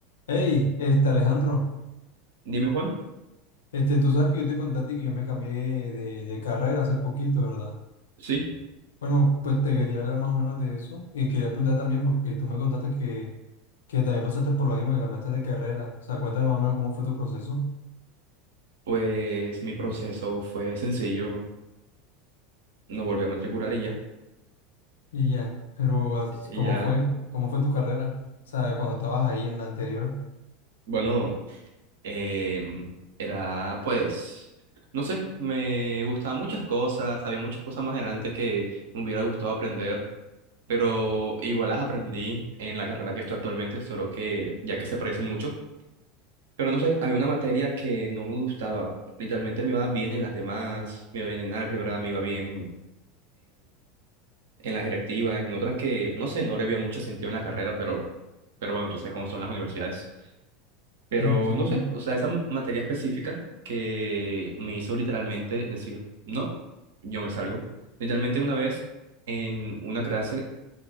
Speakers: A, on the left; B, on the right.
A: Hey, este Alejandro,
B: Dime, Juan.
A: este, tú sabes que yo te conté a ti que yo me cambié de, de carrera hace poquito, ¿verdad?
B: Sí,
A: Bueno, pues te quería hablar más o menos de eso y quería preguntar también porque tú me contaste que, que también pasaste por lo mismo que cambiaste de carrera. O sea, cuéntame más o menos cómo fue tu proceso
B: pues mi proceso fue sencillo. No volví a matricular y ya.
A: y ya, pero as-
B: Y
A: ¿cómo
B: ya,
A: fue? ¿Cómo fue tu carrera? O sea, cuando estabas ahí en la anterior.
B: bueno, em, era pues, no sé, me gustaban muchas cosas, había muchas cosas más adelante que me hubiera gustado aprender, pero igual las aprendí en la carrera que estoy actualmente, solo que ya que se parecen mucho. Pero no sé, había una materia que no me gustaba. Literalmente me iba bien en las demás, me iba bien en álgebra, me iba bien. en las electivas, en otras que, no sé, no le había mucho sentido en la carrera, pero, pero bueno, tú sabes cómo son las universidades. Pero
A: Sí, entiendo,
B: no sé, o sea, esa m- materia específica que me hizo literalmente decir, no, yo me salgo. Literalmente una vez en una clase